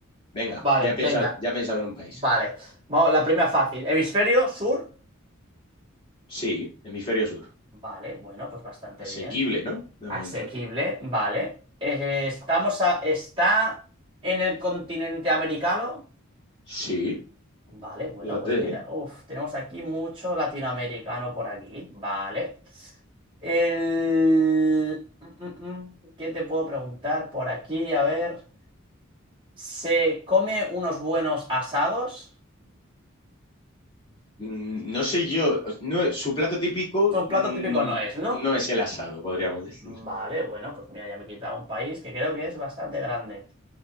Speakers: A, on the left; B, on the right.
A: Venga,
B: Vale,
A: ya he pensado,
B: venga.
A: ya he pensado en un país.
B: Vale. Vamos, la primera fácil. Hemisferio sur.
A: Sí, hemisferio sur.
B: Vale, bueno, pues bastante
A: Asequible,
B: bien.
A: ¿no? De
B: Asequible,
A: momento.
B: vale. Eh, estamos a... ¿Está en el continente americano?
A: Sí,
B: Vale, bueno,
A: fíjate,
B: pues mira,
A: ¿eh?
B: uf, tenemos aquí mucho latinoamericano por aquí, ¿vale? El... mm, mm, mm, ¿Qué te puedo preguntar por aquí? A ver, ¿se come unos buenos asados?
A: Mm, No sé yo, no, su plato típico
B: Tu
A: mm,
B: plato típico no es, ¿no?
A: no es el asado, podríamos decir.
B: Vale, bueno, pues mira, ya me he quitado un país que creo que es bastante grande.